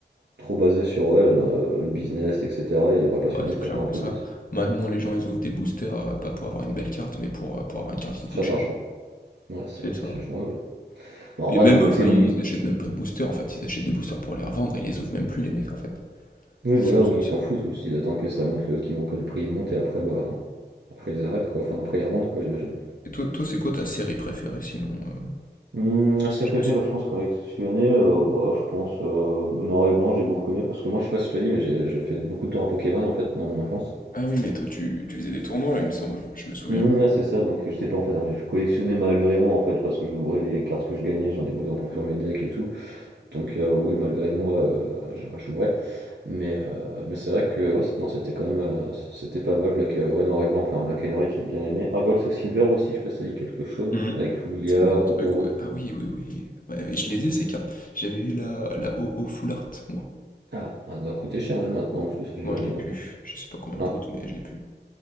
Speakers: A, on the right; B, on the left.
A: trop basé sur ouais, le, le business, etc. Et les vrais passionnés
B: Ouais,
A: ils
B: c'est
A: étaient
B: clairement
A: un peu
B: ça.
A: déçus.
B: Maintenant, les gens, ils ouvrent des boosters, heu, pas pour avoir une belle carte, mais pour, heu, pour avoir une carte qui
A: Pour
B: coûte
A: se faire
B: cher.
A: de l'argent. Ouais, c'est,
B: C'est ça.
A: c'est- ouais, ouais. Bon, en
B: Et
A: vrai,
B: même,
A: d'un côté,
B: enfin,
A: oui,
B: ils achètent même pas de boosters, en fait, ils achètent des boosters pour les revendre, ils les ouvrent même plus les mecs, en fait.
A: oui,
B: C'est
A: voilà,
B: ça le
A: oui,
B: souci.
A: ils s'en foutent, juste ils attendent que ça monte le, qu'ils- que le prix monte et après, bah, après ils arrêtent quoi, enfin après ils revendent quoi, j'imagine.
B: Et toi toi, c'est quoi ta série préférée sinon, heu?
A: Hum, serait
B: Je
A: préféré,
B: me suis
A: bah, je pense collectionner, euh, bah, je pense euh, noir et blanc, j'ai beaucoup aimé parce que moi, je sais pas si je te dis, mais j'ai j'ai fait beaucoup de temps à Pokémon en fait dans mon enfance.
B: ah oui, mais toi, tu tu faisais des tournois, il me semble, je me souviens.
A: Hum, ouais, c'est ça, donc j'étais pas en fait, hein, je collectionnais malgré moi en fait parce que j'ouvrais les cartes que je gagnais, j'en ai besoin pour faire mes decks et tout. Donc euh, oui, malgré moi, euh, je- bah, j'ouvrais, mais euh, mais c'est vrai que ouais, c'est- non, c'était quand même euh, c'était pas mal Black, euh, ouais, noir et blanc, enfin Black and White, j'ai bien aimé. Ah, Gold of Silver aussi, je sais pas si ça dit quelque chose
B: Mmh.
A: avec Lugia,
B: Ça me dit un truc,
A: Oh Oh.
B: ouais. Ah oui, oui, oui. Ouais, ouais, je les ai ces cartes. J'avais eu la la o o Full Art, moi.
A: Ah, elle doit coûter cher elle maintenant en plus, j'imagine.
B: Moi, je l'ai plus.
A: hein.
B: Je sais pas combien
A: Ah,
B: elle coûte, mais je l'ai plus.